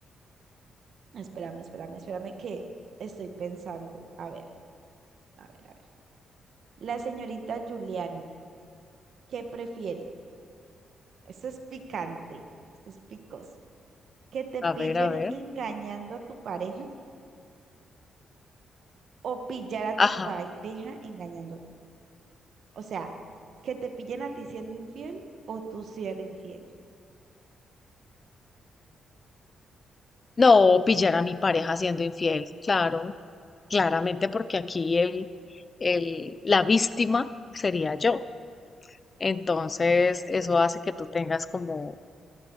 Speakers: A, on the right; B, on the left.
A: espérame, espérame, espérame que estoy pensando. A ver, a ver, a ver. La señorita Giuliani, ¿qué prefiere? Eso es picante, eso es picosa. Que te
B: A
A: pillen
B: ver, a ver.
A: engañando a tu pareja o pillar a
B: Ajá.
A: tu pareja engañando. O sea, que te pillen a ti siendo infiel o tú ser infiel.
B: No, pillar a mi pareja siendo infiel, claro, claramente porque aquí el, el, la víctima sería yo. Entonces, eso hace que tú tengas como,